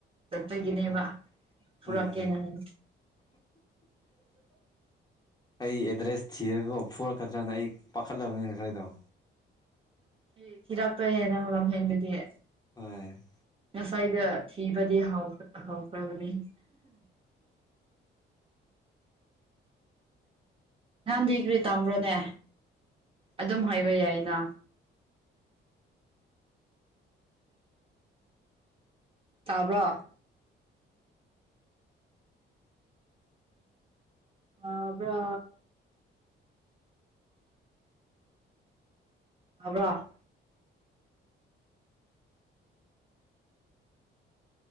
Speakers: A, on the right; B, on the left.
A: ꯆꯠꯇꯒꯤꯅꯦꯕ
B: ꯎꯝ
A: ꯄꯔ
B: ꯎꯝ
A: ꯀꯩꯅ ꯍꯥꯏ
B: ꯑꯩ ꯑꯦꯗ꯭ꯔꯦꯁ ꯊꯤꯔꯒ ꯐꯨꯔꯛꯀꯗ꯭ꯔꯅ ꯑꯩ ꯄꯥꯈꯠꯂꯕꯅꯦ ꯉꯁꯥꯏꯗꯣ
A: ꯍ ꯐꯤꯔꯥꯛꯇꯣꯏꯍꯦ ꯅꯪ ꯂꯝꯍꯦꯟꯕꯗꯤꯌꯦ
B: ꯍ
A: ꯉꯁꯥꯏꯗ ꯊꯤꯕꯗꯤ ꯍꯥꯎꯈ꯭ꯔꯕꯅꯤ ꯅꯍꯥꯟꯗꯤ ꯀꯒ꯭ꯔꯤ ꯇꯥꯝꯕ꯭ꯔꯣꯅꯦ ꯑꯗꯨꯝ ꯍꯥꯏꯕ ꯌꯥꯏꯅ ꯇꯥꯕ꯭ꯔꯣ ꯑꯕ꯭ꯔ ꯇꯕ꯭ꯔꯥ